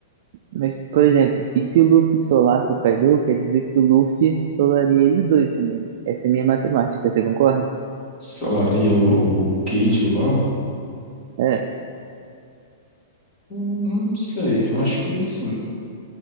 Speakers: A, on the right; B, on the left.
A: Mas, por exemplo, e se o Luffy solasse o Kaido, quer dizer que o Luffy solaria eles dois também, né? Essa é minha matemática, você concorda?
B: Solaria o, o Cade ou o Lau?
A: É,
B: Eu não sei, eu acho que sim.